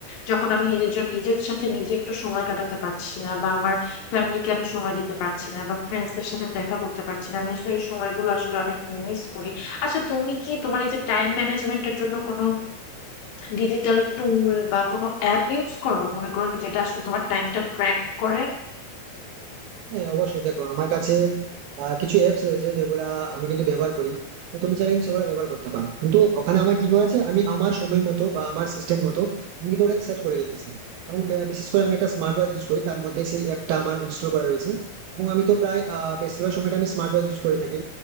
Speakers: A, on the left; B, on the right.
A: যখন আমি নিজের নিজের সাথে নিজে একটু সময় কাটাতে পারছি না বা আমার ফ্যামিলিকে আমি সময় দিতে পারছি না বা ফ্রেন্ডসদের সাথে দেখা করতে পারছি না আমি আসলে এই সময়গুলো আসলে অনেক মিস করি আচ্ছা তুমি কি তোমার এই যে টাইম ম্যানেজমেন্টের জন্য কোনো ডিজিটাল টুল বা কোনো অ্যাপ ইউজ করো মনে করো যেটা আসলে তোমার টাইমটা ট্র্যাক করে
B: হ্যাঁ অবশ্যই দেখো আমার কাছে আহ, কিছু অ্যাপস রয়েছে যেগুলা আমি কিন্তু ব্যবহার করি তো তুমি চাইলে কিন্তু সেগুলো ব্যবহার করতে পারো কিন্তু ওখানে আমার কি করেছে আমি আমার সময় মতো বা আমার সিস্টেম মতো আমি কিন্তু ওটাকে সেট করে রেখেছি এবং বে- বিশেষ করে আমি একটা স্মার্ট ওয়াচ ইউজ করি তার মধ্যে সেই অ্যাপটা আমার ইনস্টল করা রয়েছে এবং আমি তো প্রায় আহ, বেশিরভাগ সময়টা আমি স্মার্ট ওয়াচ ইউজ করে থাকি